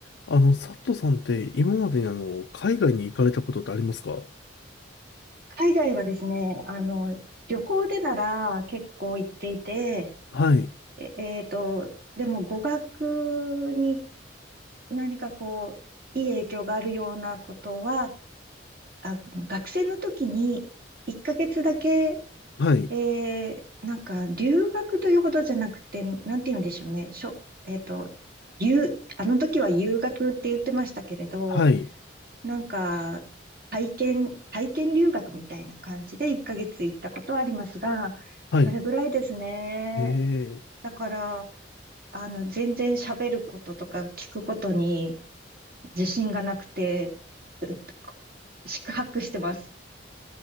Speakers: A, on the left; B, on the right.
A: あの、佐トさんって今までにあの、海外に行かれたことってありますか
B: 海外はですね、あの、旅行でなら結構行っていて、
A: はい、
B: え、えーと、でも語学に何かこう、いい影響があるようなことは、あの、学生の時に1ヶ月だけ、
A: はい、
B: えーなんか留学というほどじゃなくて、なんて言うんでしょうね、しょ、えーと、留、あの時は留学って言ってましたけれど、
A: はい、
B: なんか、体験、体験留学みたいな感じで1ヶ月行ったことはありますが、
A: はい。
B: それぐらいですね。
A: ええ、
B: だから、あの、全然喋ることとか聞くことに自信がなくて、う四苦八苦してます。